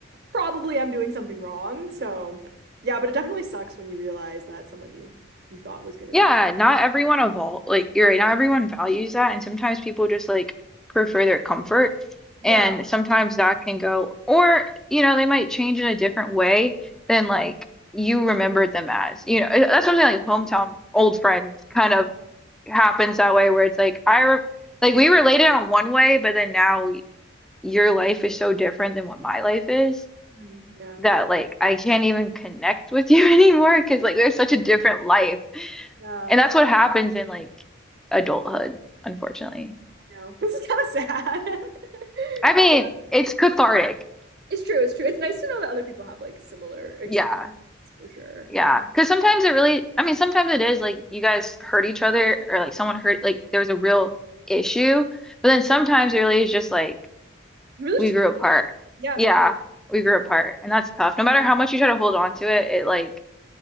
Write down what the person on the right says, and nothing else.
probably I'm doing something wrong. So yeah, but it definitely sucks when you realize that someone you you thought was gonna
be.
Yeah.
Mhm. Yeah.
Yeah.
I know. <laughs> This is kind of sad.
<laughs>
It's true, it's true. It's nice to know that other people have like similar experiences.
for sure.
You really
just
grow
up. Yeah.